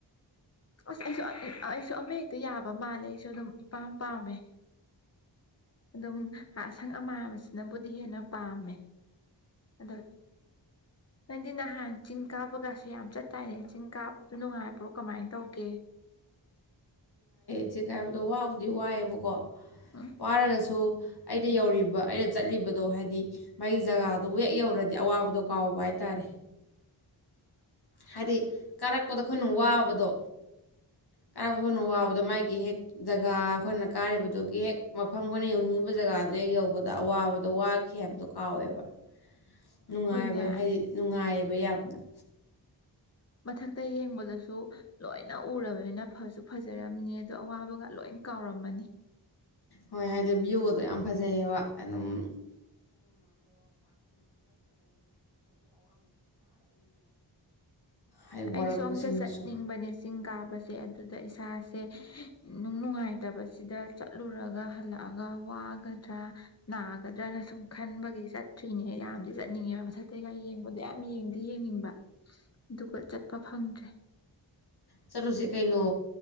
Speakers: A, on the left; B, on the left.
A: ꯑꯁ ꯑꯩꯁꯨ ꯑꯩꯁꯨ ꯑꯃꯛ ꯍꯦꯛꯇ ꯌꯥꯕ ꯃꯥꯜꯂꯦ ꯑꯩꯁꯨ ꯑꯗꯨꯝ ꯏꯄꯥꯝ ꯄꯥꯝꯃꯦ ꯑꯗꯨꯝ ꯑꯁꯪ ꯑꯃꯥꯟꯁꯤꯅꯕꯨꯗꯤ ꯍꯦꯟꯅ ꯄꯥꯝꯃꯦ ꯑꯗꯣ ꯅꯪꯗꯤ ꯅꯍꯥꯟ ꯆꯤꯡ ꯀꯥꯕꯒꯁꯨ ꯌꯥꯝ ꯆꯠꯇ ꯇꯥꯏꯅꯦ ꯆꯤꯡ ꯀꯥꯕꯗꯨ ꯅꯨꯡꯉꯥꯏꯕ꯭ꯔꯣ ꯀꯃꯥꯏꯅ ꯇꯧꯒꯦ
B: ꯆꯤꯡ ꯀꯥꯕꯗꫭ ꯋꯥꯕꯨꯗꯤ ꯋꯥꯏꯌꯦꯕꯀꯣ
A: ꯎꯝ
B: ꯋꯥꯔꯒꯁꯨ ꯑꯩꯗꯤ ꯌꯧꯔꯤꯕ ꯑꯩꯅ ꯆꯠꯂꯤꯕꯗꯣ ꯍꯥꯏꯗꯤ ꯃꯥꯒꯤ ꯖꯒꯥꯗꯣ ꯍꯦꯛ ꯌꯧꯔꯗꯤ ꯑꯋꯥꯕꯗꯣ ꯀꯥꯎꯕ ꯍꯥꯏ ꯇꯥꯔꯦ ꯍꯥꯏꯗꯤ ꯀꯥꯔꯛꯄꯗ ꯑꯩꯈꯣꯏꯅ ꯋꯥꯕꯗꯣ ꯀꯥꯔꯛꯄꯗ ꯑꯩꯈꯣꯏꯅ ꯋꯥꯕꯗꯣ ꯃꯥꯒꯤ ꯍꯦꯛ ꯖꯒꯥ ꯑꯩꯈꯣꯏꯅ ꯀꯥꯔꯤꯕꯗꯨꯒꯤ ꯍꯦꯛ ꯃꯐꯝ ꯑꯩꯈꯣꯏꯅ ꯌꯧꯅꯤꯡꯉꯤꯕ ꯖꯒꯥꯗꯨ ꯍꯦꯛ ꯌꯧꯕꯗ ꯑꯋꯥꯕꯗꯣ ꯋꯥꯈꯤ ꯍꯥꯏꯕꯗꯣ ꯀꯥꯎꯋꯦꯕ ꯅꯨꯡꯉꯥꯏꯕ
A: ꯍꯣꯏꯅꯦ
B: ꯍꯥꯏꯗꯤ ꯅꯨꯡꯉꯥꯏꯌꯦꯕ ꯌꯥꯝ <unintelligible>
A: ꯃꯊꯛꯇ ꯌꯦꯡꯕꯗꯁꯨ ꯂꯣꯏꯅ ꯎꯔꯕꯅꯤꯅ ꯐꯁꯨ ꯐꯖꯔꯝꯅꯤ ꯑꯗꯣ ꯑꯋꯥꯕꯒ ꯂꯣꯏ ꯀꯥꯎꯔꯝꯃꯅꯤ
B: ꯍꯣꯏ ꯍꯥꯏꯗꯤ ꯕꯤ꯭ꯌꯨꯒꯗꯣ ꯌꯥꯝ ꯐꯖꯩꯑꯕ ꯑꯗꯨꯝ ꯍꯥꯏ ꯋꯥꯔꯛꯄꯁꯤꯡꯗꯨꯁꯨ
A: ꯑꯩꯁꯨ ꯑꯝꯇ ꯆꯠꯅꯤꯡꯕꯅꯦ ꯆꯤꯡ ꯀꯥꯕꯁꯦ ꯆꯦ ꯑꯗꯨꯗ ꯏꯁꯥꯁꯦ ꯅꯨꯡ ꯅꯨꯡꯉꯥꯏꯇꯕꯁꯤꯗ ꯆꯠꯂꯨꯔꯒ ꯍꯜꯂꯛꯑꯒ ꯋꯥꯒꯗ꯭ꯔꯥ ꯅꯥꯒꯗ꯭ꯔꯅ ꯁꯨꯝ ꯈꯟꯕꯒꯤ ꯆꯠꯇ꯭ꯔꯤꯅꯦ ꯌꯥꯝꯗꯤ ꯆꯠꯅꯤꯡꯉꯦꯕ ꯃꯊꯛꯇꯩꯒ ꯌꯦꯡꯕꯗꯣ ꯌꯥꯝ ꯌꯦꯡꯗꯤ ꯌꯦꯡꯅꯤꯡꯕ ꯑꯗꯨꯒ ꯆꯠꯄ ꯐꯪꯗ꯭ꯔꯦ
B: ꯆꯠꯂꯨꯁꯦ ꯀꯩꯅꯣ